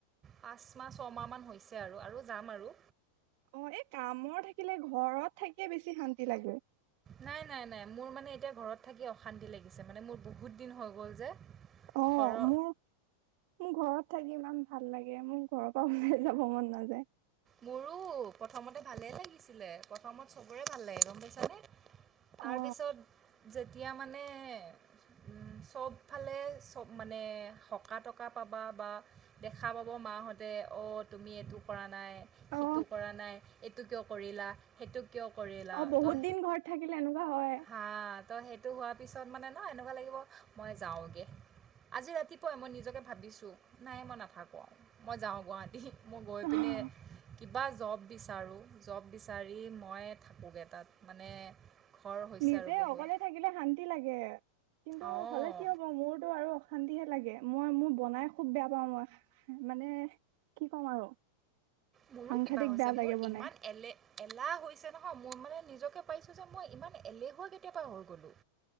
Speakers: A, on the right; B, on the right.
A: পাঁচ মাহ ছমাহমান হৈছে আৰু আৰু যাম আৰু
B: অ এই কামৰ থাকিলে ঘৰত থাকিয়ে বেছি শান্তি লাগে
A: নাই নাই নাই মোৰ মানে এতিয়া ঘৰত থাকি অশান্তি লাগিছে মানে মোৰ বহুত দিন হৈ গ'ল যে
B: অ
A: ঘৰৰ
B: মোৰ মোৰ ঘৰত থাকি ইমান ভাল লাগে মোৰ ঘৰৰ পৰা ওলাই যাব মন নাযায়।
A: মোৰো প্ৰথমতে ভালেই লাগিছিলে প্ৰথমত চবৰে ভাল লাগে গম পাইছানে তাৰপিছত
B: অ
A: যেতিয়া মানে উম চবফালে চব মানে হকা টকা পাবা বা দেখা পাব মাহঁতে অ' তুমি এইটো কৰা নাই সিটো
B: অ
A: কৰা নাই এইটো কিয় কৰিলা সেইটো কিয় কৰিলা
B: অ বহুত
A: তো
B: দিন ঘৰত থাকিলে এনেকোৱা হয়ে।
A: হা ত সেইটো হোৱাৰ পিছত মানে ন এনেকোৱা লাগিব মই যাওঁগে। আজি ৰাতিপুৱাই মই নিজকে ভাবিছো নাই মই নাথাকো আও মই যাওঁ গুৱাহাটী। মই গৈ
B: অহ,
A: পিনে কিবা জব বিচাৰো জব বিচাৰি মই থাকোগে তাত মানে ঘৰ হৈছে
B: নিজে
A: আৰু বহুত
B: অকলে থাকিলে শান্তি লাগে কিন্তু
A: অঁ
B: হ'লে কি হ'ব মোৰতো আৰু অশান্তিহে লাগে মই মোৰ বনাই খুব বেয়া পাওঁ মই মানে কি ক'ম আৰু
A: মোৰো
B: সাংঘাতিক
A: কিবা হৈছে
B: বেয়া লাগে
A: মোৰ
B: বনাই
A: ইমান এলে এলাহ হৈছে নহয় মই মানে নিজকে পাইছোঁ যে মই ইমান এলেহুৱা কেতিয়া পা হৈ গ'লোঁ।